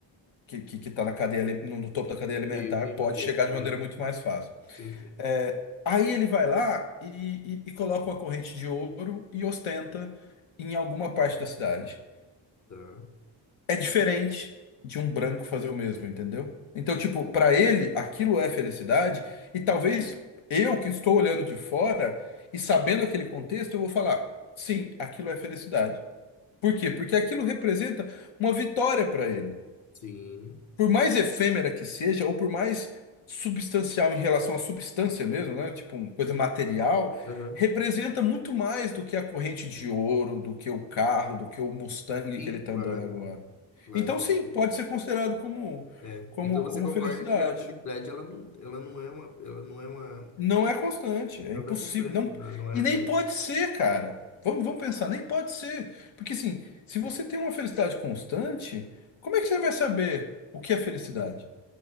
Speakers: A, on the left; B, on the left.
A: que, que, que tá na cadeia ali- no, no topo da cadeia alimentar
B: Sim, entendi
A: pode
B: um pouco.
A: chegar de maneira
B: Aham.
A: muito mais fácil.
B: Sim,
A: É, aí ele vai lá e, e e coloca uma corrente de ouro e ostenta em alguma parte da cidade
B: tá.
A: é diferente de um branco fazer o mesmo, entendeu? Então, tipo, pra ele, aquilo é felicidade, e talvez eu que estou olhando de fora e sabendo aquele contexto, eu vou falar, sim, aquilo é felicidade. Por quê? Porque aquilo representa uma vitória pra ele
B: Sim.
A: por mais efêmera que seja, ou por mais substancial em relação à substância mesmo, né? Tipo uma coisa material,
B: Aham.
A: representa muito mais do que a corrente de ouro, do que o carro, do que o Mustang
B: Sim,
A: que ele está
B: claro,
A: andando agora.
B: claro.
A: Então, sim, pode ser considerado como,
B: É.
A: como,
B: Então você
A: como
B: concorda
A: felicidade.
B: que a felicidade ela não, ela não é uma, ela não é uma,
A: Não é constante, é
B: ela
A: impossível,
B: não é constante,
A: não,
B: né? Ela não é
A: e nem pode ser, cara. Vamos, vamos pensar, nem pode ser, porque assim, se você tem uma felicidade constante, como é que você vai saber o que é felicidade?